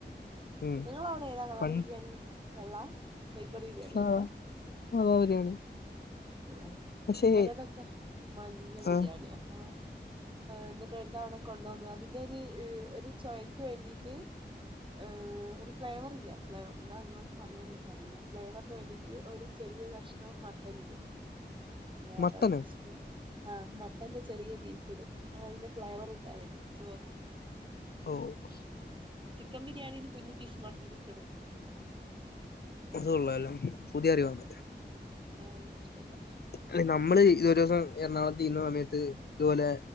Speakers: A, on the left; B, on the right.
A: ഉം.
B: നിങ്ങളവിടെതാ കളറ്
A: പണ്ട്
B: ബിരിയാണി വെള്ളാ കോയിക്കോട് ബിരിയാണി
A: സാധാ
B: പോലത്താ
A: സാധാ ബിരിയാണി
B: ആഹ്
A: പക്ഷേ
B: ഇവരതെക്കെ മഞ്ഞ ബിരിയാണിയാ
A: ആ
B: അപ്പൊ എന്നി ഒരുതവണ കൊണ്ട്ന്നു അതിന്റൊരു ര് ചൊയക്ക് വേണ്ടിട്ട് ഏ ഒരു ഫ്ലേവറില്ല ഫ്ലേവർ എന്താ നിങ്ങളോടത്ത് പറയാന്നെനിക്കറിയില്ല ഫ്ലേവറിന് വേണ്ടി റ്റ് ഒരു ചെറിയ കഷ്ണം മട്ടനിടും ഏതാനിക്കിഷ്ടം
A: മട്ടനോ
B: ആഹ് മട്ടന്റെ ചെറിയ പീസിടും ആ ഫ്ലേവറ് കിട്ടാൻവേണ്ടി ചോറിന്
A: ഓഹ്
B: ചിക്കൻ ബിരിയാണില് കുഞ്ഞ് പീസ് മട്ടനൊക്ക്‌ടും
A: അത് കൊള്ളാലോ പുതിയറിവാതൊക്കെ
B: ഏഹ് എനിക്കിഷ്ടായില്ല
A: അല്ല നമ്മള് ഇതൊരുസം എറണാകുളത്തിന്ന സമയത്ത് ഇതു പോലെ